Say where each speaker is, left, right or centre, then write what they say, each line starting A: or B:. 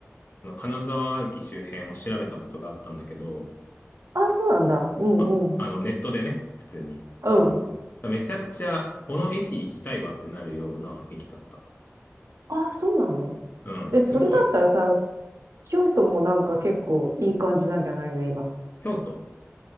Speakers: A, on the left; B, on the right.
A: その金沢駅周辺を調べたことがあったんだけど、
B: あ、そうなんだ。うんうん。
A: あ、あの、ネットでね、普通に。
B: うん。
A: あの、めちゃくちゃ、この駅行きたいわってなるような駅だった。
B: あ、そうなの
A: うん、
B: で、
A: すごい。
B: それだったらさ、京都もなんか結構いい感じなんじゃないの今。
A: 京都。